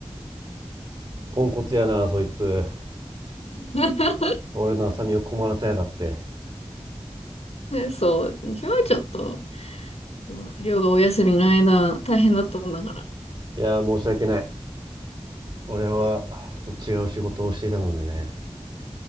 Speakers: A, on the right; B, on the left.
A: ポンコツやな、そいつ。
B: <laughs>
A: 俺の浅見を困らせやがって。
B: そう。それはちょっと、うんりょうがお休みの間、大変だったんだから。
A: いやー、申し訳ない。俺はちょっと違う仕事をしていたのでね
B: うん、